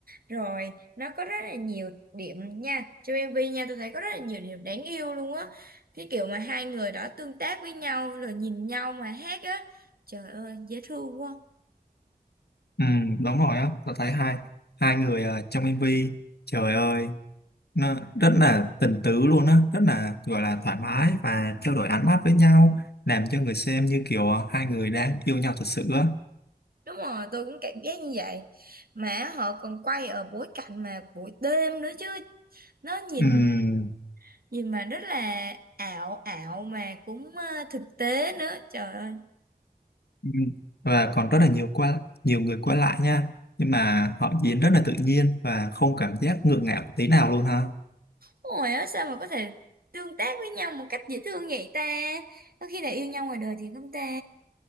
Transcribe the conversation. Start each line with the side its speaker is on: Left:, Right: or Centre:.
Right: Rồi, nó có rất là nhiều điểm nha. Trong MV nha, tôi thấy có rất là nhiều điểm đáng yêu luôn á. Cái kiểu mà hai người đó tương tác với nhau rồi nhìn nhau mà hát á. Trời ơi, dễ thương quá.
Left: ừ đúng rồi á tôi thấy hai hai người ờ, trong MV trời ơi nó rất là tình tứ luôn á rất là gọi là thoải mái và trao đổi ánh mắt với nhau làm cho người xem như kiểu ờ, hai người đang yêu nhau thật sự á
Right: Đúng rồi, tôi cũng cảm giác như vậy. Mà họ còn quay ở bối cảnh mà buổi đêm nữa chứ nó nhìn
Left: ừ
Right: gì mà rất là ảo ảo mà cũng ờ, thực tế nữa trời ơi
Left: Ừ. và còn rất là nhiều qua nhiều người qua lại nha nhưng mà họ diễn rất là tự nhiên và không cảm giác ngượng ngạo tí nào luôn ha
Right: ôi á sao mà có thể tương tác với nhau một cách dễ thương vậy ta có khi là yêu nhau ngoài đời thì không ta